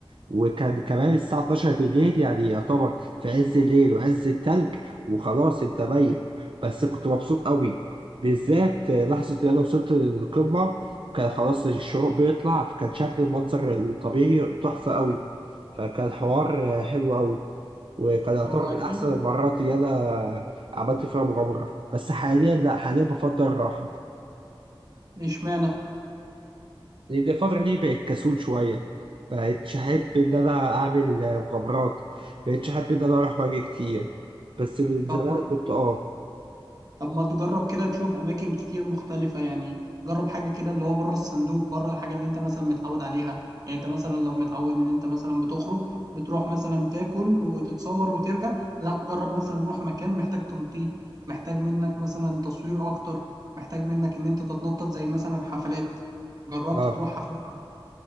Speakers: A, on the right (about 65°); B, on the right (about 45°).
A: وكان كمان الساعة 12 بالليل يعني يعتبر في عز الليل وعز التلج وخلاص انت ميت بس كنت مبسوط قوي بالذات لحظة ان انا وصلت للقمة كان خلاص الشروق بيطلع فكان شكل المنظر الطبيعي تحفة قوي فكان حوار حلو قوي وكان يعتبر
B: هو
A: من
B: اكيد
A: أحسن المرات اللي أنا عملت فيها مغامرة بس حاليا لأ حاليا بفضل الراحة
B: اشمعنى
A: لأن الفترة دي بقت كسول شوية بقتش أحب إن أنا أعمل مغامرات بقتش أحب إن أنا أروح وأجي كتير بس من
B: طب
A: زمان
B: ما
A: كنت أه
B: طب ما تجرب كده تشوف اماكن كتير مختلفة يعني جرب حاجة كده اللي هو بره الصندوق بره الحاجة اللي انت مثلا متعود عليها يعني انت مثلا لو متعود ان انت مثلا بتخرج بتروح مثلا تاكل وتتصور وترجع لا جرب مثلا نروح مكان محتاج تنطيط محتاج منك مثلا تصوير اكتر محتاج منك ان انت تتنطط زي مثلا حفلات جربت
A: أه
B: تروح حفلات